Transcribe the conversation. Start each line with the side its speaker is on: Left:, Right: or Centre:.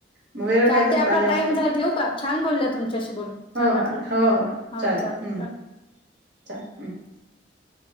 Right: मग वेगळं
Left: चालते
Right: काहीतरी
Left: आपला
Right: पाहिजे असतं
Left: टाइम झा ठेव का छान बोलल्या तुमच्याशी बोलून
Right: हो
Left: छान वाटलं
Right: हो हो हो
Left: हा
Right: चालेल
Left: चाल
Right: हम्म
Left: बा
Right: <inaudible>